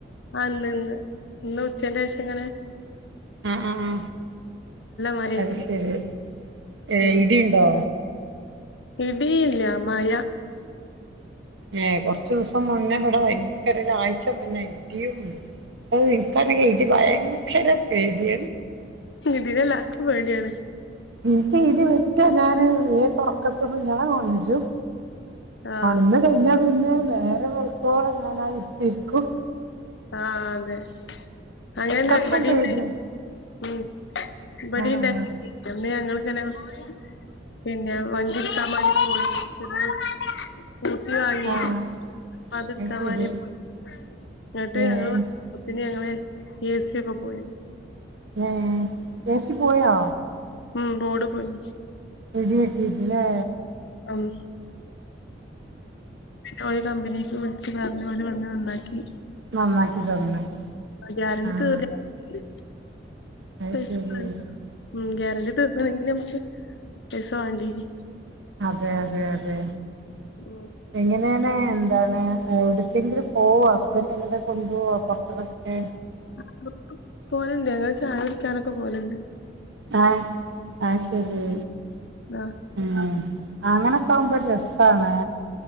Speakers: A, on the left; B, on the right.
A: ആ. <unintelligible> ഇന്ന് ഉച്ചേന്റെ ശേഷങ്ങനെ.
B: അഅ ആ
A: മഴയായിരുന്നു
B: അത് ശരി. ഏ
A: ഉം
B: ഇടിണ്ടോ?
A: ഇടിയില്ല. മഴ
B: ഏ കൊറച്ചു ദിവസം മുന്നേവിടാ ഭയങ്കരരൊഴ്ച മുന്നേ ഇടിം. ഏ, ഇനിക്കാനെ ഇടി ഭയങ്കര പേടി
A: ഇടീനെ എല്ലാർക്കും പേടിയാണ്.
B: എനിക്ക് ഇടി വെട്ട്യാ ഞാന് ഏതൊറക്കത്തിന്നും ഞാൻ ഉണരും.
A: ആഹ്
B: ഉണർന്നു കഴിഞ്ഞാ പിന്നെ നേരം വെളുക്കുവോളം ഞാനാ ഇരിപ്പിരിക്കും.
A: ആ അതെ അങ്ങനാ
B: അത്രക്കും
A: ഇവിടേം
B: പേടിയാ
A: <unintelligible> മ്. ഇബടിം
B: ആഹ്
A: <inaudible> <unintelligible> പിന്നെ, വണ്ടിടുക്കാ വേണ്ടിട്ട് <unintelligible> സുകൂട്ടി വാങ്ങി.
B: ആഹ്
A: അതെടുക്കാൻ
B: അത് ശരി
A: വേണ്ടി പോയി. എന്നിട്ട്
B: ഏഹ്
A: ഞങ്ങള്തിന് ഞങ്ങളെ എ സി ഒക്കെ പോയി.
B: ഏ, ഏസി പോയാ?
A: ഉം ബോർഡ് പോയി.
B: ടി വെട്ടീ റ്റ് ലെ
A: ആഹ ഓല് കമ്പനിക്ക് വിളിച്ച് പറഞ്ഞ ഓരു വന്ന് നന്നാ ക്കി
B: നന്നാക്കി തന്ന്
A: ഗ്യാരണ്ടി
B: ആഹ
A: തീർന്നില്ല
B: അയ്ഷരി
A: പൈസ വേണ്ട ഉം ഗ്യാരണ്ടി തീർക്കണങ്കിൽ അമ്മക്ക് പൈസ വണ്ടേനി
B: അതെ അതെ അതെ
A: ഉം
B: എങ്ങനേ ണ് ന്താണ് എവിടക്കെങ്കിലും പോവോ ഹസ്ബൻ് എങ്ങട്ടേങ്കിലും കൊണ്ടൊവോ പ്പുറത്ത്ക്കൊക്കെ
A: പ്പൊ പ്പൊ പോല്ണ്ട് ഞങ്ങള് ചായടി ക്കാനൊക്കെ പോലുണ്ട്.
B: ആഹ് ആഹ ശരി
A: ആഹ്
B: ആഹ. അങ്ങനൊകാവുമ്പോ ഒരസാണ്.